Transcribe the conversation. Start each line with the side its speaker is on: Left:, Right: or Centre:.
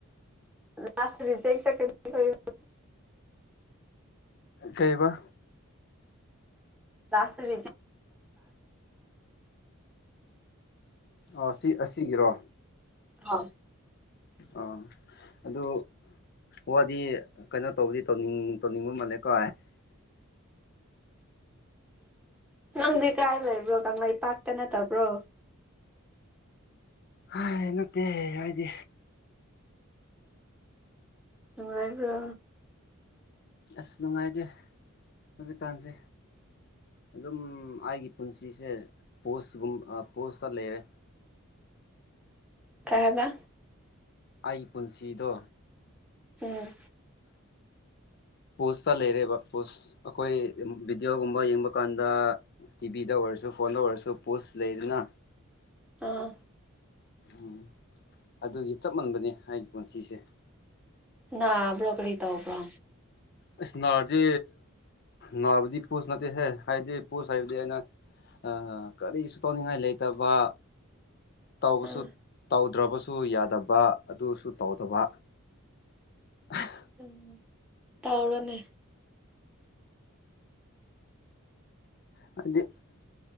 Centre: ꯂꯥꯁ ꯔꯤꯖꯦꯛ ꯆꯠꯀꯅꯤꯣꯏ
Left: ꯀꯩꯕ
Centre: ꯂꯇꯔꯤ
Left: ꯑ ꯁꯤ ꯑꯁꯤꯒꯤꯔꯣ
Centre: ꯑꯥ
Left: ꯑꯥ ꯑꯗꯨ ꯋꯥꯗꯤ ꯀꯩꯅꯣ ꯇꯧꯕꯗꯤ ꯇꯧꯅꯤꯡ ꯇꯧꯅꯤꯡꯕ ꯃ ꯀ
Centre: ꯅꯪꯗꯤ ꯀꯔꯥꯏ ꯂꯩꯕ꯭ꯔꯣ ꯀꯪꯂꯩꯄꯥꯛꯥꯛꯇ ꯅꯠꯇꯕ꯭ꯔꯣ
Left: ꯍꯥꯏ ꯅꯠꯇꯦ ꯍꯥꯏꯗꯤ
Centre: ꯅꯨꯡꯉꯥꯏꯕ꯭ꯔꯥ
Left: ꯑꯁ ꯅꯨꯡꯉꯥꯏꯇꯦ ꯍꯧꯖꯤꯛꯀꯥꯟꯁꯦ ꯑꯗꯨꯝ ꯑꯩꯒꯤ ꯄꯨꯟꯁꯤꯁꯦ ꯄꯣꯁꯒꯨꯝ ꯄꯣꯁꯇ ꯂꯩꯔꯦ
Centre: ꯀꯥꯏꯃ
Left: ꯑꯩꯒꯤ ꯄꯨꯟꯁꯤꯗꯣ
Centre: ꯎꯝ
Left: ꯄꯣꯁꯇ ꯂꯩꯔꯦꯕ ꯄꯣꯁ ꯑꯩꯈꯣꯏ ꯚꯤꯗꯤꯑꯣꯒꯨꯝꯕ ꯌꯦꯡꯕ ꯀꯥꯟꯗ ꯇꯤꯚꯤꯗ ꯑꯣꯏꯔꯁꯨ ꯐꯣꯂꯣ ꯑꯣꯏꯔꯁꯨ ꯄꯣꯁ ꯂꯩꯗ ꯅ
Centre: ꯑꯥ
Left: ꯎꯝ ꯑꯗꯨꯒꯤ ꯆꯞ ꯃꯟꯕꯅꯦ ꯑꯩꯒꯤ ꯄꯨꯟꯁꯤꯁꯦ
Centre: ꯅꯥ ꯭ꯔꯣꯀꯔꯤ ꯇꯧ ꯄ꯭ꯔꯣ
Left: ꯑꯁ ꯅꯥꯔꯗꯤ ꯅꯥꯕꯗꯤ ꯄꯨꯣꯁ ꯅꯠꯇꯦꯍꯦ ꯍꯥꯏꯗꯤ ꯄꯨꯣꯁ ꯍꯥꯏꯕꯗꯤ ꯑꯩꯅ ꯑ ꯀꯔꯤꯁꯨ ꯇꯧꯅꯤꯡꯉꯥꯏ ꯂꯩꯇꯕ ꯇ
Centre: ꯎꯝ
Left: ꯇꯧꯗ꯭ꯔꯕꯁꯨ ꯌꯥꯗꯕ ꯑꯗꯨꯁꯨ ꯇꯧꯗꯕ <unintelligible>
Centre: ꯎꯝ ꯇꯥꯎꯔꯅꯦ
Left: ꯍꯥꯏꯗꯤ